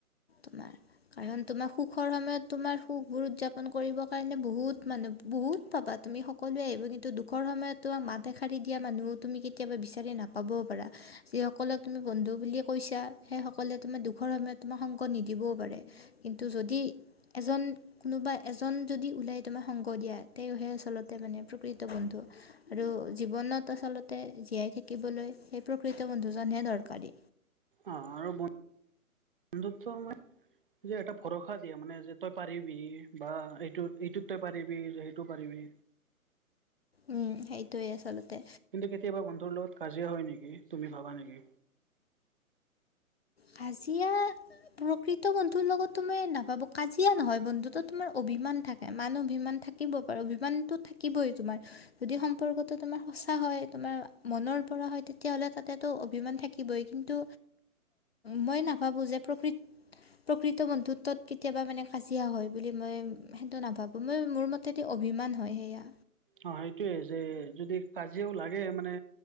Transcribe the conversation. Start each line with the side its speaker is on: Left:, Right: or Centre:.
Left: তোমাৰ। কাৰণ তোমাক সুখৰ সময়ত তোমাৰ সুখবোৰ উদযাপন কৰিব কাৰণে বহুত মানুহ, বহুত পাবা। তুমি সকলোৱে এব কিন্তু দুখৰ সময়ত তোমাক মাত এশাৰী দিয়া মানুহ তুমি কেতিয়াবা বিচাৰি নাপাবও পাৰা। যিসকলক তুমি বন্ধু বুলি কৈছা, সেইসকলে তোমাৰ দুখৰ সময়ত তোমাক সংগ নিদিবও পাৰে। কিন্তু যদি এজন কোনোবা এজন যদি ওলাই তোমাক সংগ দিয়া, তেওঁহে আচলতে মানে প্ৰকৃত বন্ধু। আৰু জীৱনত আচলতে জীয়াই থাকিবলৈ, সেই প্ৰকৃত বন্ধুজনহে দৰকাৰী।
Right: অ, আৰু বন বন্ধুত্ব আমাই যে এটা ভৰসা দিয়ে মানে যে তই পাৰিবি বা এইটোত, এইটোত তই পাৰিবি যে সেইটো পাৰিবি।
Left: উম। সেইটোৱে আচলতে।
Right: কিন্তু কেতিয়াবা বন্ধুৰ লগত কাজিয়া হয় নেকি, তুমি ভাবা নেকি?
Left: কাজিয়া প্ৰকৃত বন্ধুৰ লগতটো মই নাভাবোঁ। কাজিয়া নহয়, বন্ধুত তোমাৰ অভিমান থাক মান-অভিমান থাকিব পাৰ। অভিমানতো থাকিবই তোমাৰ যদি সম্পৰ্কটো তোমাৰ সঁচা হয়, তোমাৰ মনৰ পৰা হয়। তেতিয়াহ'লে তাতেটো অভিমান থাক কিবই কিন্তু মই নাভাবোঁ যে প্ৰকৃত, প্ৰকৃত বন্ধুত্বত কেতিয়াবা মানে কাজিয়া হয় বুলি, মই সেইটো নাভাবোঁ। মই মোৰ মতে দি অভিমান হয় সেয়া।
Right: অ, সেইটোয়ে যে যদি কাজিয়াও লাগে মানে